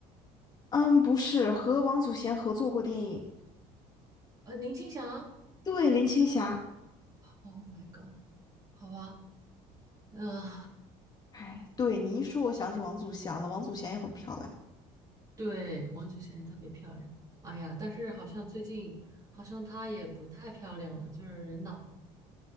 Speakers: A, on the left; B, on the right.
A: 嗯，不是，和王祖贤合作过电影，
B: 呃，林青霞。
A: 对，林青霞。
B: Oh my god，好吧，嗯、
A: 哎，对，你一说，我想起王祖贤了。王祖贤也很漂亮。
B: 对，王祖贤也特别漂亮。哎呀，但是好像最近好像她也不太漂亮了，就是人老了。